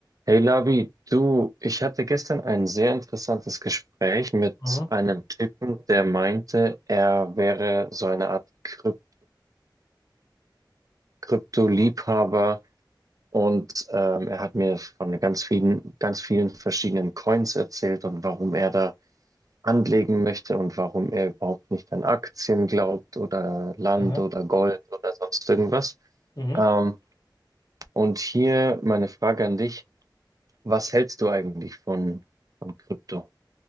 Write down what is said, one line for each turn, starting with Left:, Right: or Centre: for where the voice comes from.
Right: Hey Labi, du, ich hatte gestern ein sehr interessantes Gespräch mit
Left: Mhm.
Right: einem Typen, der meinte, er wäre so eine Art Kryp- Krypto-Liebhaber und ähm, er hat mir von ganz vielen, ganz vielen verschiedenen Coins erzählt und warum er da anlegen möchte und warum er überhaupt nicht an Aktien glaubt oder Land
Left: Aha.
Right: oder Gold oder sonst irgendwas.
Left: Mhm.
Right: Ähm, und hier meine Frage an dich, was hältst du eigentlich von, von Krypto?